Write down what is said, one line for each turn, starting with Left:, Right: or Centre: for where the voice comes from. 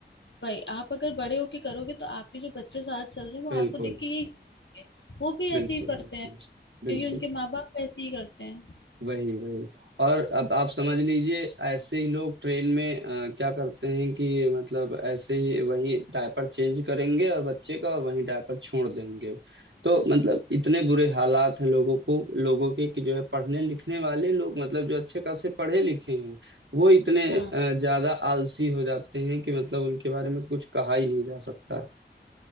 Left: भाई आप अगर बड़े होके करोगे तो आपके जो बच्चे साथ चल रहे हैं वो
Right: बिल्कुल
Left: आपको देख के यही करेंगे। वो भी
Right: बिल्कुल
Left: ऐसे ही करते
Right: बिल्कुल
Left: हैं क्योंकि
Right: बिल्कुल
Left: उनके माँ बाप ऐसे ही करते हैं
Right: वही वही और अब आप समझ लीजिए ऐसे ही लोग ट्रेन में अ, क्या करते हैं कि मतलब ऐसे ही वही डायपर चेंज करेंगे और बच्चे का और वही डायपर छोड़ देंगे तो मतलब इतने बुरे हालात हैं लोगों को लोगों के कि जो है पढ़ने लिखने वाले लोग मतलब जो अच्छे खासे पढ़े लिखे हैं वो इतने
Left: हाँ
Right: अ, ज्यादा आलसी हो जाते हैं कि मतलब उनके बारे में कुछ कहा ही नहीं जा सकता